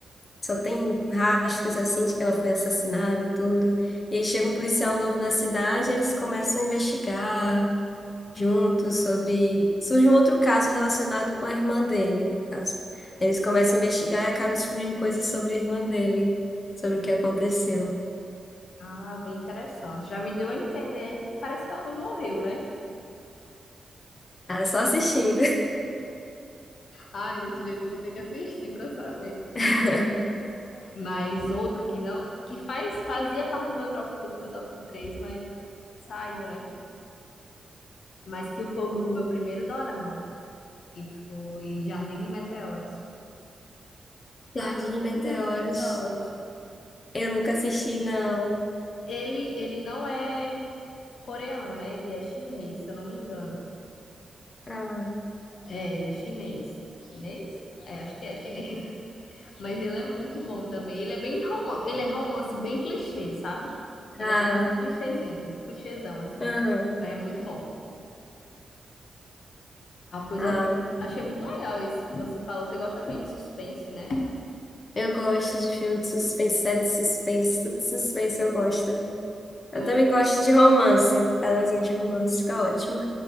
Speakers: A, on the left (about 50°); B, on the left (about 70°).
A: Só tem rastros assim de que ela foi assassinada e tudo. E aí chega um policial novo na cidade, eles começam a investigar juntos sobre. Surge um outro caso relacionado com a irmã dele, no caso. Eles começam a investigar e acabam descobrindo coisas sobre a irmã dele, sobre o que aconteceu.
B: Ah, bem interessante. Já me deu a entender aí que parece que ela não morreu, né?
A: Ah, só assistindo.
B: Ai, desse jeito eu vou ter que assistir pra saber.
A: <laughs>
B: Mas outro que não, que faz, fazia parte do meu top, do meu top 3 mas saiu, né? Mas que foi o meu primeiro dorama, que foi Jardim de Meteoros. Ai,
A: Jardim
B: eu
A: de Meteoros.
B: amo Jardim de Meteoros.
A: Eu nunca assisti, não.
B: Ele, ele não é coreano, né? Ele é chinês, se eu não me engano.
A: Ah,
B: É, ele é chinês. Chinês? É, acho que é chinês. Mas ele é muito bom também. Ele é bem romance, ele é romance bem clichê, sabe? Ele
A: ah,
B: é muito clichêzinho, muito clichêzão, assim.
A: aham,
B: Mas é muito bom. Ah, pois
A: ah.
B: eu achei, achei muito legal esse que você falou. Você gosta bem de suspense, né?
A: Eu gosto de filme de suspense, série de suspense, tudo de suspense eu gosto.
B: Eu
A: Eu
B: gosto,
A: também gosto de romance, pedazinho de romance fica ótimo.